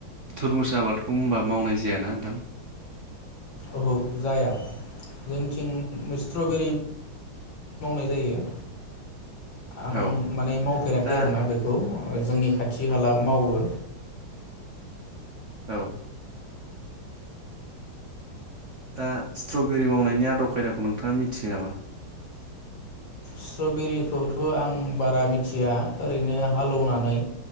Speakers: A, on the right; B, on the left.
A: थुरमुस आबादखौ होनबा मावनाय जायाना नोंथां
B: औओहौ जाया जोंथिं स्ट्रबेरि मावनाय जायो आं
A: औ
B: माने मावफेराखै
A: दा
B: आरोोना बेखौ जोंनि खाथि खाला
A: ओ औ
B: मावो
A: औ दा स्ट्रबेरि मावनायनि आदब खायदाखौ नोंथाङा मिथियो नामा
B: स्ट्रबेरिखौथ' आं बारा मिथिया ओरैनो हालेवनानै